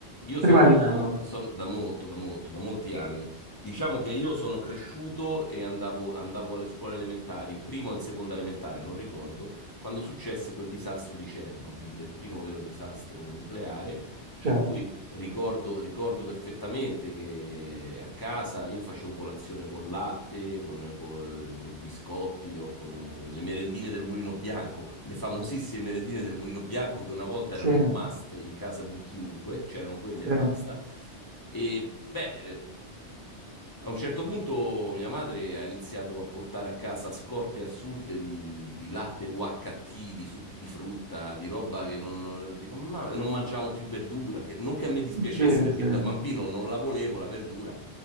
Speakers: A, on the left; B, on the right.
A: Io sono,
B: prima di me allora,
A: son- da molto, da molto, da molti anni. Diciamo che io sono cresciuto e andavo, andavo alle scuole elementari, in prima o in seconda elementare, non ricordo, quando successe quel disastro di Chernobyl, il primo vero disastro nucleare. Per
B: certo.
A: cui Ricordo, ricordo perfettamente che a casa io facevo colazione con latte, con, con, con i biscotti o con le merendine del Mulino Bianco, le famosissime merendine del Mulino Bianco che una volta
B: Sì,
A: erano un must in casa di chiunque, c'erano quelle
B: sì,
A: e basta. E beh, eh, a un certo punto mia madre ha iniziato a portare a casa scorte assurde di, di latte UHT, di succhi di frutta, di roba che non, non- dico, ma non mangiamo più verdura, che, non che a me dispiacesse
B: sì,
A: perché
B: sì,
A: da bambino non la volevo la verdura,